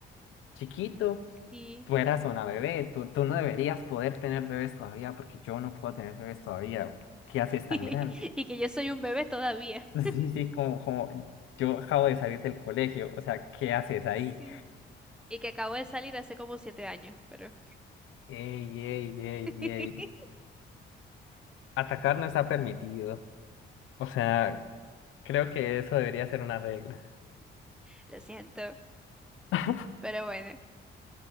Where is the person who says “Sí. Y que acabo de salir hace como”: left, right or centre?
Centre